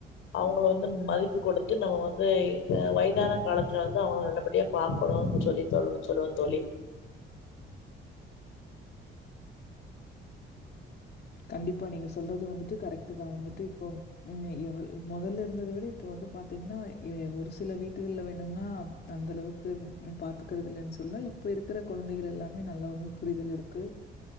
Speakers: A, on the left; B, on the left.
A: அவங்கள வந்து மதிப்பு கொடுத்து நம்ம வந்து அ வயதான காலத்துல வந்து அவங்க நல்லபடியா பாக்கணுனு சொல்லி சொல்லுங்க சொல்லுங்க தோழி
B: கண்டிப்பா நீங்க சொல்றது வந்துட்டு கரெக்டு தா வந்துட்டு இப்போ ம் எவ்வள மொதல்ல இருந்தத விட இப்ப வந்து பாத்திங்கன்னா எ ஒரு சில வீட்டுகள்ல வேணும்னா அந்த அளவு கு பாத்துக்குறது இல்லன் சொல்லா இப்ப இருக்கிற குழந்தைகள் எல்லாமே நல்லாவுமே புரிதல் இருக்கு